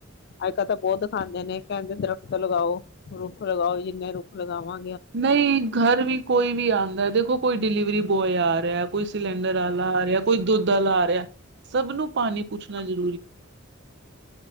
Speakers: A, on the left; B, on the right.
A: ਅੱਜ ਕੱਲ੍ਹ ਤਾਂ ਬਹੁਤ ਦਖਾਂਦੇ ਨੇ, ਕਹਿੰਦੇ ਦਰਖਤ ਲਗਾਓ, ਰੁੱਖ ਲਗਾਓ ਜਿੰਨੇ ਰੁੱਖ ਲਗਾਵਾਂ
B: ਨਈ ਘਰ ਵੀ ਕੋਈ ਵੀ ਆਂਦੈ, ਦੇਖੋ ਕੋਈ ਡਿਲੀਵਰੀ ਕੋਈ ਆ ਰਿਹੈ ਕੋਈ ਸਿਲੰਡਰ ਆਲਾ ਆ ਰਿਆ, ਕੋਈ ਦੁੱਧ ਆਲਾ ਆ ਰਿਹੈ ਸਭ ਨੂੰ ਪਾਣੀ ਪੁੱਛਣਾ ਜਰੂ
A: <unintelligible>